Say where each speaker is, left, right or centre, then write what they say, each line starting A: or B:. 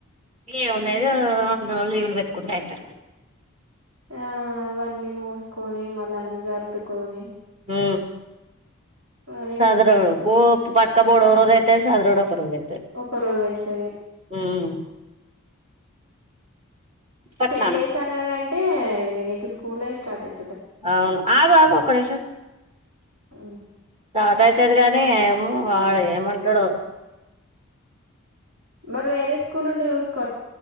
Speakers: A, on the right (about 30°); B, on the right (about 70°).
A: ఏం ఉన్నదో కొన్ని రోజులు లీవ్లు పెట్టుకుంటే అయిత
B: ఆ అవన్నీ మూసుకొని మళ్ళా అన్ని జర్దుకొని
A: ఉ
B: అదే
A: సదరుడు
B: ఇబ్బంది అయితది
A: ఊ పట్క బోడోరుడు ఒరోజు అయితై సదురుడు పరువ అయితే
B: ఒక రోజు అయితది
A: ఉమ్ పట్నానా
B: టెన్ డేస్ అన్నానంటే ఇగ నీకు స్కూలే స్టార్ట్ అయి
A: అవును ఆగు ఆగు ఒక్క నిమిషం
B: అ
A: స్టార్ట్ అయితది కానీ ఏమో వాడు ఏమంటడో
B: మరి వేరే స్కూల్ ఉంటే చూసుకో